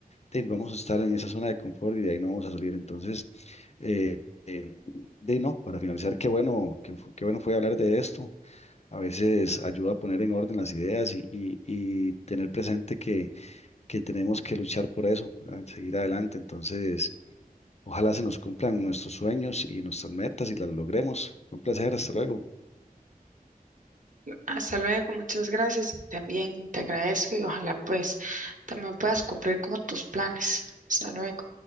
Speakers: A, on the left; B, on the right.
A: de- vamos a estar en esa zona de confort y de ahí no vamos a salir. Entonces, eh, eh, de no, para finalizar, qué bueno, qué, fu- qué bueno fue hablar de esto. A veces ayuda a poner en orden las ideas y, y, y tener presente que, que tenemos que luchar por eso, ¿verdad? Seguir adelante. Entonces... Ojalá se nos cumplan nuestros sueños y nuestras metas y las logremos. Un placer, hasta luego.
B: Hasta luego, muchas gracias y también te agradezco y ojalá pues también puedas cumplir como tus planes. Hasta luego.